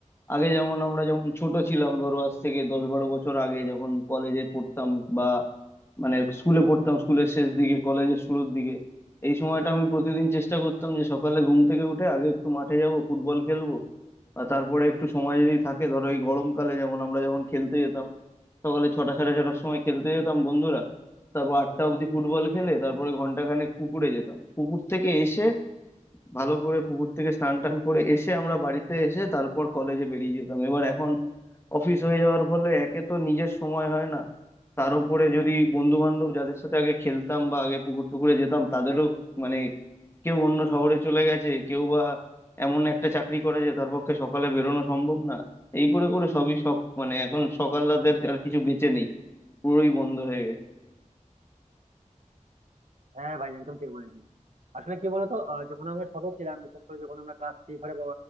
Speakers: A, on the left (about 20°); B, on the right (about 65°).
A: আগে যেমন আমরা যখন ছোট ছিলাম ধরো আজ থেকে দশ বারো বছর আগে যখন কলেজে পড়তাম বা মানে স্কুলে পড়তাম স্কুলের শেষ দিকে কলেজের শুরুর দিকে এই সময়টা আমি প্রতিদিন চেষ্টা করতাম যে সকালে ঘুম থেকে উঠে আগে একটু মাঠে যাব ফুটবল খেলবো আর তারপরে একটু সময় যদি থাকে ধরো এই গরমকালে যেমন আমরা যখন খেলতে যেতাম সকালে ছটা সাড়ে ছটার সময় খেলতে যেতাম বন্ধুরা তারপর আটটা অবধি ফুটবল খেলে তারপরে ঘন্টাখানেক পুকুরে যেতাম পুকুর থেকে এসে ভালো করে পুকুর থেকে স্নান টান করে এসে আমরা বাড়িতে এসে তারপর কলেজে বেরিয়ে যেতাম এবার এখন অফিস হয়ে যাওয়ার ফলে একে তো নিজের সময় হয় না তার উপরে যদি বন্ধু বান্ধব যাদের সাথে আগে খেলতাম বা আগে পুকুর টুকুরে যেতাম তাদেরও মানে কেউ অন্য শহরে চলে গেছে কেউ বা এমন একটা চাকরি করে যে তার পক্ষে সকালে বেরোনো সম্ভব না এই করে করে সবই সব মানে এখন সকাল রাতের আর কিছু বেঁচে নেই পুরোই বন্ধ হয়ে গেছে
B: হ্যাঁ ভাই একদম ঠিক বলেছি আসলে কি বলতো আহ, যখন আমরা ছোট ছিলাম বিশেষ করে যখন আমরা ক্লাস থ্রি ফোরে